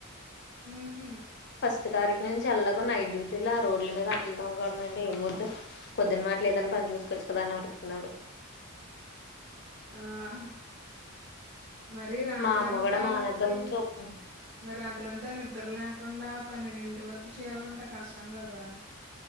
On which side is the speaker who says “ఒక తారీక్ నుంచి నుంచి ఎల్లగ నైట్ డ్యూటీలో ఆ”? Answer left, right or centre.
Left